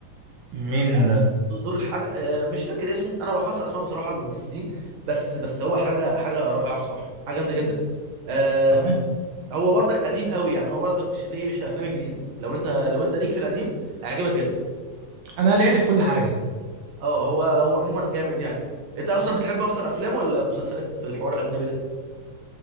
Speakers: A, on the right (about 80°); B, on the right (about 60°).
A: مين
B: ده
A: ده؟
B: دول حاجه آه، مش فاكر اسمه انا بحفظ اسماء بصراحه الممثلين بس بس هو حاجه حاجه رائعه بصراحه حاجه جامده جدا آم،
A: طبعا
B: هو برضك قديم قوي يعني هو برضك مش الايه مش الافلام الجديده لو انت لو انت ليك في القديم هيعجبك جدا
A: انا ليالي في كل حاجة
B: اه هو هو عموما جامد يعني انت اصلا بتحب اكتر افلام ولا مسلسلات في الحوار الاجنبي ده